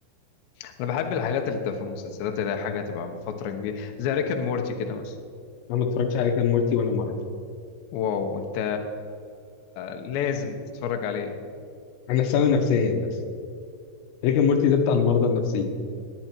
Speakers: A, on the left; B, on the left.
A: انا بحب الحاجات اللي بتبقى في المسلسلات اللي هي حاجه تبقى من فتره كبيره زي ريك اند مورتي كده مثلا
B: انا ما اتفرجتش على ريك اند مورتي ولا مره
A: واو انت لازم تتفرج عليه
B: انا سوي نفسيا بس ريك اند مورتي ده بتاع المرضى النفسيه